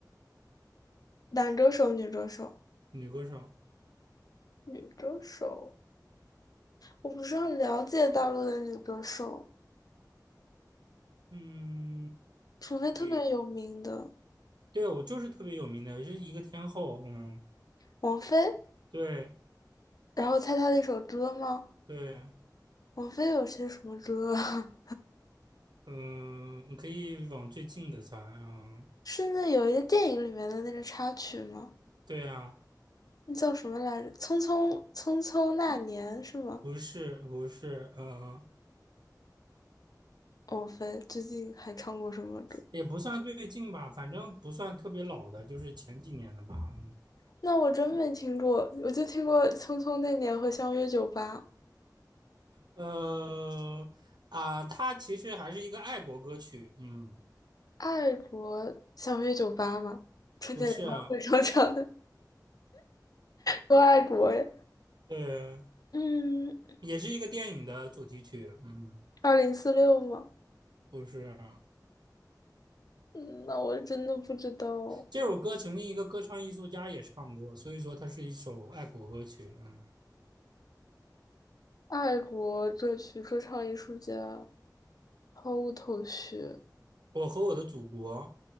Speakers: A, on the left (about 60°); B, on the right (about 80°).
A: 男歌手、女歌手，
B: 女歌手，
A: 女歌手，我不是很了解大陆的女歌手，
B: 嗯，
A: 除非特别有名的
B: 女，对，我就是特别有名的，是一个天后，嗯，
A: 王菲。
B: 对
A: 然后猜她的一首歌吗？
B: 对。
A: 王菲有些什么歌啊？
B: 嗯，你可以往最近的猜啊。
A: <laughs> 是那有一个电影里面的那个插曲吗？
B: 对啊，
A: 那叫什么来着？《匆匆匆匆那年》是吗？
B: 不是不是，嗯，
A: 王菲最近还唱过什么歌？
B: 也不算最近吧，反正不算特别老的，就是前几年的吧。
A: 那我真没听过，我就听过《匆匆那年》和《相约酒吧》。
B: 嗯，呃啊，它其实还是一个爱国歌曲。嗯，
A: 爱国相约酒吧》嘛，春节联欢会上唱的
B: 不是，
A: 《多爱国》呀。
B: 呃，
A: 嗯，
B: 也是一个电影的主题曲。嗯，
A: 二零四六嘛。
B: 不是，
A: 嗯，那我真的不知道。
B: 这首歌曾经一个歌唱艺术家也唱过，所以说它是一首爱国歌曲。嗯，
A: 爱国这曲说唱艺术家毫无头绪。
B: 我和我的祖国。